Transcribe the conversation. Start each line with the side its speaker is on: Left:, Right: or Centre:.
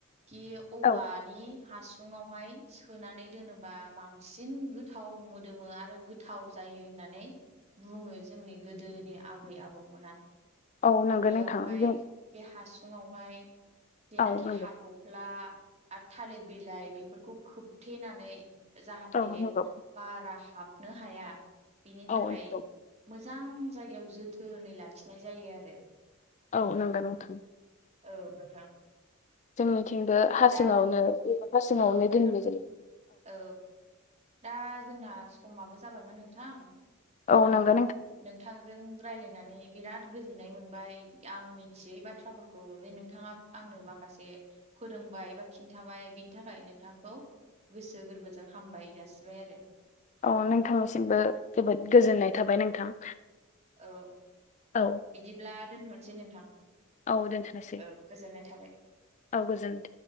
Right: खि औवानि
Left: औ
Right: हासुुंआवहाय सोनानै दोनोबा बांसिन गोथाव मोदोमो आरो गोथाव जायो जायो होननानै बुङो जोंनि गोदोनि आबै आबौमोना
Left: औ नंगौ
Right: बेयावहाय
Left: नोंथां जों
Right: बे हासुुंआवहाय जेनाखि
Left: औ नंगौ
Right: हाथ'फ्ला आरो थालिर बिलाइ बेफोरखौ खोबथेनानै जाहाथे
Left: औ नंगौ
Right: बारा हाबनो हाया बिनि थाखाय
Left: औ नंगौ
Right: मोजां जायगायाव जोथोनै लाखिनाय जायो आरो।
Left: औ नांगोन नोंथां।
Right: औ नोंथां।
Left: जोंनिथिंबो हासिङावनो
Right: दा
Left: हासिङावनो
Right: औ नोंथां
Left: दोनबाय जायो।
Right: औ दा जोंना समाबो जाबायमोन नोंथां।
Left: औ
Right: आं
Left: नंगौ
Right: नोंथां जों रायज्लायनानै बिराद गोजोन्नाय मोनबाय आं मिथियै बाथ्राफोरखौ जे नोंथाङां आंनो माखासे फोरोंबाय बा खिन्थाबाय बिनि थाखाय नोंथांखौ गोसो गोरबोजों हामबाय जासिबाय आरो।
Left: औ नोंथांनिसिमबो जोबोद गोजोननाय थाबाय नोंथां।
Right: औ
Left: औ
Right: बिदिब्ला दोनथ'नोसै नोंथां।
Left: औ दोनथ'नोसै
Right: औ गोजोननाय थाबाय
Left: औ गोजोन